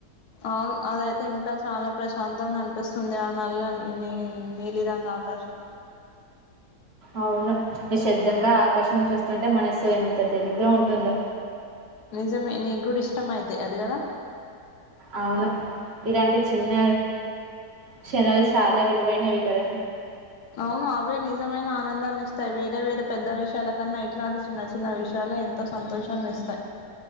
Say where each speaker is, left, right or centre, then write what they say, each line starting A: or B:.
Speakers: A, on the left; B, on the right.
A: అవును అదైతే ఇంకా చాలా ప్రశాంతంగా అనిపిస్తుంది. ఆ నల్ల నీ నీలి రంగు ఆకాశం
B: అవును నిశ్శబ్దంగా ఆకాశం చూస్తుంటే మనసు ఎంత తేలిగ్గా ఉంటుందో,
A: నిజమే నీకు కూడా ఇష్టమైతే అది కదా
B: అవును ఇలాంటి చిన్న క్షణాలు చాలా విలువైనవి కదా,
A: అవును అవే నిజమైన ఆనందాన్నిస్తాయి. వేరే వేరే పెద్ద విషయాల కన్నా ఇట్లాంటి చిన్న చిన్న విషయాలే ఎంతో సంతోషాన్నిస్తాయి.